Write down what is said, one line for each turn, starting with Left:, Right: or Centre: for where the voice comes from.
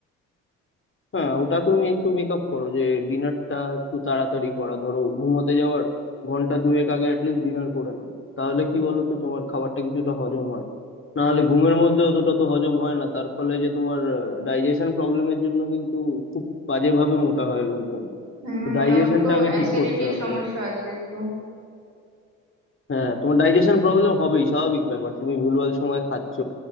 Left: হ্যাঁ ওটা তুমি একটু মেকআপ করো যে ডিনারটা একটু তাড়াতাড়ি করা ধরো ঘুমাতে যাওয়ার ঘন্টা দুয়েক আগে অ্যাটলিস্ট ডিনার করে নাও তাহলে কি বলো তো তোমার খাবারটা কিছুটা হজম হয় না হলে ঘুমের মধ্যে অতটা তো হজম হয় না তার ফলে যে তোমার ডাইজেশন প্রবলেমের জন্য কিন্তু খুব বাজেভাবে মোটা হয় লোকজন
Right: হুম
Left: তো ডাইজেশনটা
Right: আমার তো
Left: আগে
Right: অ্যাসিডিটির
Left: ঠিক করতে হবে
Right: সমস্যা আছে একটু
Left: হ্যাঁ তোমার ডাইজেশন প্রবলেম হবেই স্বাভাবিক ব্যাপার তুমি ভুলভাল সময় খাচ্ছ